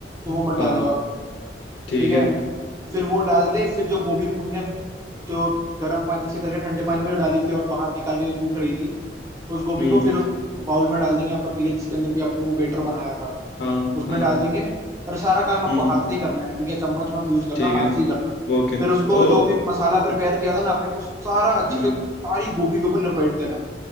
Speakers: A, on the right; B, on the left.
A: वो मत
B: हाँ
A: डालो आप
B: ठीक
A: ठीक है
B: है
A: फिर वो डाल दे फिर जो गोभी हमने जो गर्म पानी से करके ठंडे पानी में जो डाली थी और बाहर निकाल के जो सूख रही थी उस गोभी
B: हम्म
A: को फिर उस बाउल में डाल देंगे या पतीले जिसके अंदर भी आपने वो बेटर बनाया था
B: हाँ
A: उसमें
B: हाँ
A: डाल देंगे और सारा काम आपको
B: हम्म
A: हाथ से ही करना है ठीक है चम्मच मत यूज करना
B: ठीक
A: हाथ
B: है
A: से ही करना है
B: ओके
A: फिर उसको
B: ओ
A: जो भी मसाला प्रिपेयर किया था ना आपने उस सारा अच्छे
B: हम्म
A: से सारी गोभी के ऊपर लपेट देना है